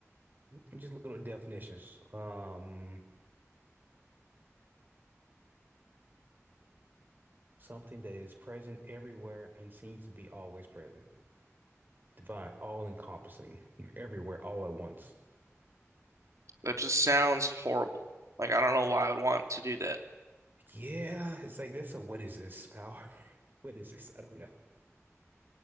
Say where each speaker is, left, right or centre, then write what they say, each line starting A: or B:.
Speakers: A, on the right; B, on the right.
A: I'm just looking at definitions. Um. Something that is present everywhere and seems to be always present. Divine, all encompassing. You're everywhere all at once.
B: That just sounds horrible. Like I don't know why I would want to do that.
A: Yeah, it's like that's a what is this power? <laughs> What is this? I don't know.